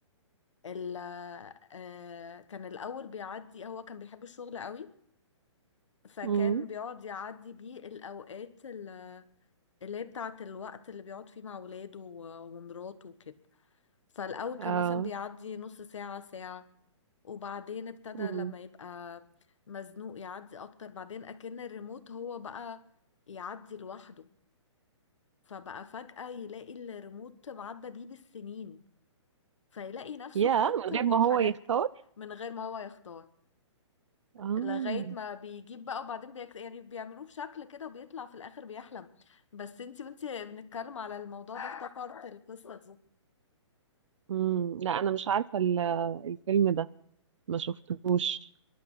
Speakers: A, on the left (about 75°); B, on the right (about 75°).
A: ال آه، كان الاول بيعدي هو كان بيحب الشغل قوي فكان
B: امم
A: بيقعد يعدي بيه الاوقات ال- اللي هي بتاعه الوقت اللي بيقعد فيه مع ولاده و- ومراته وكده فالاول كان
B: اه
A: مثلا بيعدي نص ساعه ساعه وبعدين ابتدى
B: امم
A: لما يبقى مزنوق يعدي اكتر بعدين اكن الريموت هو بقى يعدي لوحده فبقى فجأة يلاقي الريموت معدى بيه بالسنين فيلاقي نفسه
B: يا
A: فات
B: من غير
A: وحاجات
B: ما هو يختار
A: من غير ما هو يختار
B: اه
A: لغاية ما بيجيب بقى وبعدين بيك... يعني بيعملوه بشكل كده وبيطلع في الآخر بيحلم بس انتي وانتي بنتكلم على الموضوع ده افتكرت القصة دي
B: امم لا انا مش عارفه ال- الفيلم ده ما شفتهوش